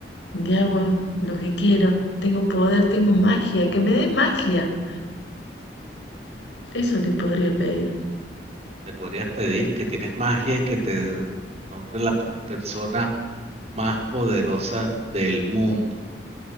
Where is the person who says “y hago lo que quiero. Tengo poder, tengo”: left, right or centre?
Left